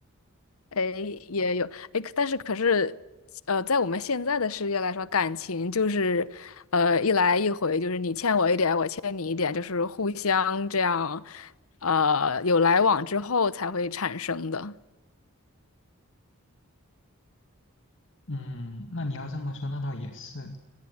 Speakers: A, on the left; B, on the left.
A: 哎，也有哎，可但是可是，呃，在我们现在的世界来说，感情就是，呃，一来一回，就是你欠我一点，我欠你一点，就是互相这样，呃，有来往之后才会产生的。
B: 嗯，那你要这么说，那倒也是，